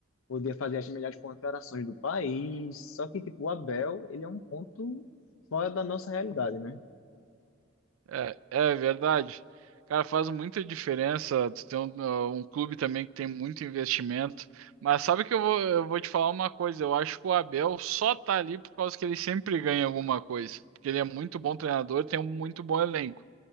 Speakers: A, on the left (about 80°); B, on the right (about 80°).
A: poder fazer as melhores contratações do país, só que tipo, o Abel ele é um ponto fora da nossa realidade, né?
B: É, é verdade. Cara, faz muita diferença tu ter um, um clube também que tem muito investimento. Mas sabe que eu vou, eu vou te falar uma coisa, eu acho que o Abel só tá ali por causa que ele sempre ganha alguma coisa. Porque ele é muito bom treinador, tem um muito bom elenco.